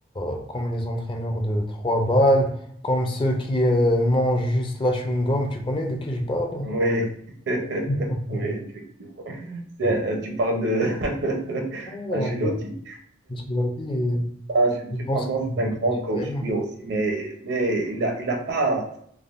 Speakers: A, on the left (about 25°); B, on the right (about 70°).
A: euh, comme les entraîneurs de trois balles, comme ceux qui euh, mangent juste la chewing-gum. Tu connais de qui je parle?
B: Oui, <laughs>
A: <laughs>
B: oui, effectivement. C'est-
A: Ouais,
B: Tu parles de <laughs>
A: ouais.
B: Ancelotti.
A: ouais. Parce que j'avais dit, euh,
B: Ah, je dis
A: je pense
B: franchement,
A: qu'il
B: c'est un grand coach,
A: vraiment.
B: lui aussi, mais, mais il n'a il a pas,